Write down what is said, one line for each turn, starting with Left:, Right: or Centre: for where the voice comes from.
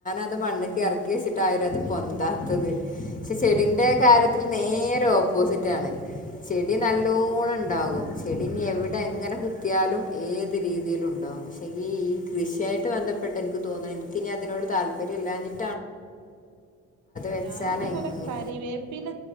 Left: അത് മണ്ണ്ക്ക് ഇറക്കി വെച്ചിട്ടാ <inaudible> അത് പൊന്താത്തത്. പക്ഷെ ചെടിന്റെ കാര്യത്തിൽ നേരെ ഓപ്പോസിറ്റ് ആണ്, ചെടി നല്ലോണം ഉണ്ടാകും ചെടിനി എവിടെ
Right: ആ
Left: എങ്ങനെ <inaudible> ത്തിയാലും ഏത് രീതിയിലുംഉണ്ടാവും. - പക്ഷെ ഈ ഈ കൃഷിയായിട്ട് ബന്ധപ്പെട്ട എനിക്ക് തോന്നുന്നു എനിക്ക്നി അതിനോട് താല്പര്യമില്ലാഞ്ഞി <inaudible> വെച്ചാൽ
Right: ഞാനിതുപോലെ
Left: എങ്ങ
Right: കറിവേപ്പയില